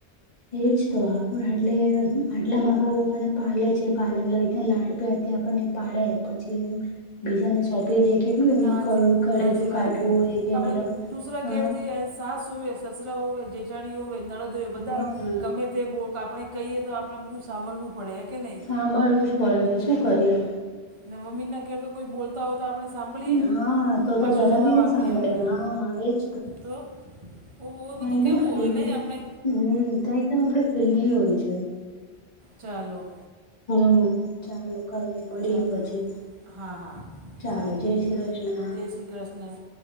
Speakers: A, on the left; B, on the right.
A: એજ તો આપ એટલે. આટલા મા બાપ આપણને પાલે છે, પાલે એકદમ લાડ પપ્યાર થી આપણને પાડે, પછી એ બીજાને સોંપી દે, કેટલું એમનું
B: ના હાચી
A: કડુ કળેજું
B: હાચી
A: કાઠવું
B: વાત હે
A: એ કે
B: આપણે
A: મતલબ
B: દૂસરા
A: હ.
B: ઘેર જઈએ સાસ હોવેય, સસરા હોવે, જેઠાણી હોવે, નળદ તો એ બધા
A: હા
B: ગમે તે બો આપણે કહીએ તો આપણે બધું સાંભળવું પડે, કે નહીં?
A: હામડવુજ પડે, તો શુ કરીએ?
B: ને મમ્મી ના ઘેર તો કોઈ બોલ હોય તો આપણે સાંભળીએ?
A: હા તો
B: પાછું
A: તો જરા
B: જવાબ
A: બી નહી
B: આપીએ
A: સાંભળે
B: આપણેે,
A: હા એજ
B: તો. ઓ
A: ત્યાં
B: બધું
A: એકદમ
B: કેવું
A: ફ્રીલી
B: હોવે નહીં આપણે
A: હમ્મ ત્યાં એકદમ આપડે ફ્રીલી હોય છે.
B: ચાલો.
A: હમ્મ ચાલો કઈની મળીયે
B: ચાલો
A: પછી,
B: હા હા
A: ચાલો
B: સારું
A: જય શ્રી કૃષ્ણ.
B: જય શ્રી કૃષ્ણ